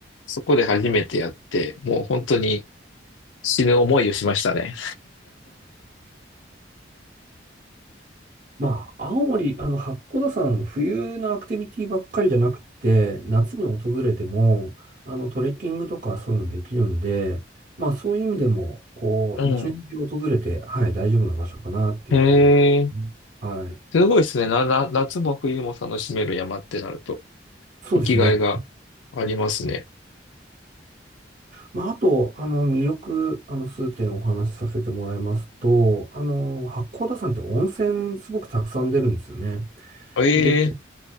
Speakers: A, on the left (about 80°); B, on the right (about 40°).
A: そこで初めてやって、もう本当に死ぬ思いをしましたね。
B: まあ、青森、あの、八甲田山、冬のアクティビティばっかりじゃなくて、夏に訪れても、あの、トレッキングとかそういうのできるんで、まあ、そういう意味でも、こう、
A: うん。
B: 一年中訪れて、はい、大丈夫な場所かなっていうふうに思う。
A: へえ、
B: はい。
A: すごいですね。な、な、夏も冬も楽しめる山ってなると。
B: そうですね。
A: 生きがいがありますね。
B: まあ、あと、あの、魅力、あの、数点お話しさせてもらいますと、あの、八甲田山って温泉すごくたくさん出るんですよね。
A: ええ
B: で、